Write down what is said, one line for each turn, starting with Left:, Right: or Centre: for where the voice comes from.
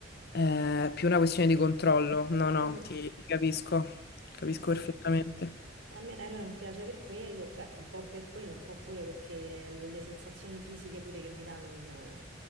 Left: È più una questione di controllo. No, no,
Right: Mm,
Left: ti, ti capisco, capisco
Right: sì, sì.
Left: perfettamente.
Right: E a me l'aereo non piace per quello, cioè un po' per quello, un po' pure perché l- le sensazioni fisiche pure che mi dà non, non